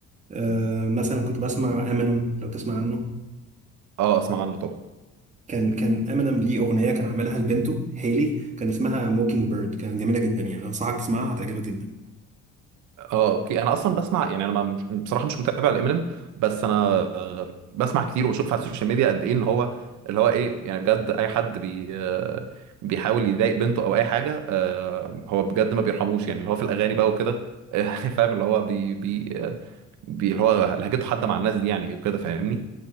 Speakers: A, on the right; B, on the right.
A: أه مثلا كنت بسمع امينيم لو تسمع عنه
B: أه أسمع عنه طبعا
A: كان كان امينيم ليه اغنيه كان عاملها لبنته هيلي كان اسمها موكينج بيرد كانت جميله جدا يعني انصحك تسمعها هتعجبك جدا
B: اه اوكي انا اصلا بسمع يعني انا ما مش بصراحه مش متابع لامينيم بس انا آه، بسمع كتير وبشوف على السوشيال ميديا قد ايه ان هو اللي هو ايه يعني بجد اي حد بي آه، بيحاول يضايق بنته او اي حاجه آه، هو بجد ما بيرحموش يعني اللي هو في الاغاني بقى وكده <laughs> آه، فاهم اللي هو بي بي آه، بي اللي هو لهجته حاده مع الناس دي يعني وكده فاهمني